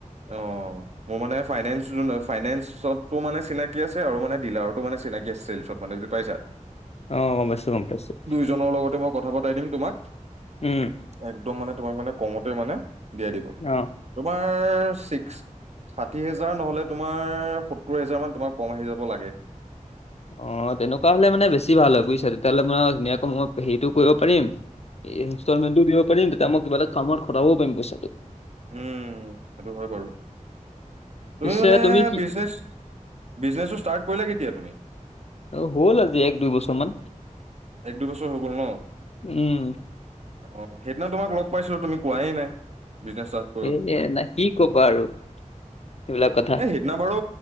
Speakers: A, on the right; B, on the left.
A: অ'। মোৰ মানে ফাইনেন্স ফাইনেন্সতটো মানে চিনাকি আছে, আৰু মানে ডিলাৰতো মানে চিনাকি আছে। <unintelligible> পাইছা
B: অঁ গম পাইছোঁ, গম পাইছোঁ।
A: জনৰ লগতে মই কথা পতোৱাই দিম তোমাক
B: উম
A: একদম মানে তোমাক মানে কমতে মানে দিয়াই দিব।
B: অ
A: তোমাৰ চিক্স- ষাঠি হেজাৰ নহ'লে তোমাৰ সত্তৰ হেজাৰ মান তোমাৰ কম আহি যাব লাগে।
B: অ' তেনেকুৱা হলে মানে বেছি ভাল হয় বুজিছা, তেতিয়াহ'লে মানে ধুনীয়াকৈ মই হেৰিটো কৰিব পাৰিম। এ ইনষ্টলমেণ্টটোও দিব পাৰিম, তেতিয়া মই কিবা এটা কামত খটাব‌ও পাৰিম পইচাটো।
A: উম, সেইটো হয় বাৰু, তুমি
B: পিছে
A: মানে
B: কি
A: বিজনেছ - বিজনেছটো ষ্টাৰ্ট কৰিলা কেতিয়া তুমি?
B: অ হ'ল আজি এক দুই বছৰ মান।
A: এক দুই বছৰ হৈ গল ন?
B: উম
A: অ সেইদিনা তোমাক লগ পাইছিলো তুমি কোৱে নাই বিকাশ তাত।
B: এ নাই, কি কবা আৰু সেইবিলাক কথা।
A: এ সেইদিনা বাৰু,